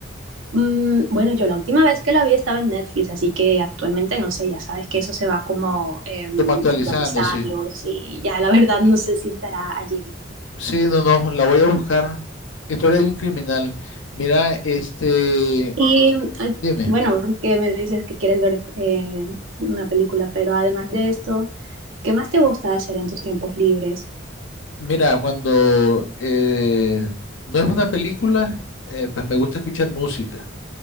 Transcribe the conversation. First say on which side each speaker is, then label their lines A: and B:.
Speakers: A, on the right (about 80°); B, on the left (about 70°).
A: Mm, bueno, yo la última vez que la vi estaba en Netflix, así que actualmente no sé, ya sabes que eso se va como em,
B: Como actualizando,
A: actualizando,
B: sí.
A: sí, ya la verdad no sé si estará allí.
B: Sí, no, no, la voy a buscar. Historia de un criminal. Mira, este,
A: Y ah,
B: dime,
A: bueno, que me dices que quieres ver eh, una película, pero además de esto, ¿qué más te gusta hacer en tus tiempos libres?
B: mira, cuando eh, no es una película, eh, pues me gusta escuchar música.